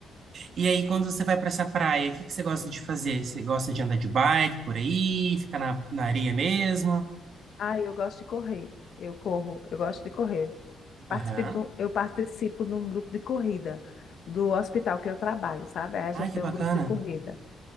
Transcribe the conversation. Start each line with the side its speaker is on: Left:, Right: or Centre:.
Right: E aí, quando você vai para essa praia, o que que você gosta de fazer? Você gosta de andar de bike por aí, ficar na, na areia mesmo?
Left: Ah, eu gosto de correr. Eu corro, eu gosto de correr. Participo
Right: Aham.
Left: do- eu participo de um grupo de corrida do hospital que eu trabalho, sabe? Aí a
Right: Ai,
Left: gente tem
Right: que bacana.
Left: um grupo de corrida.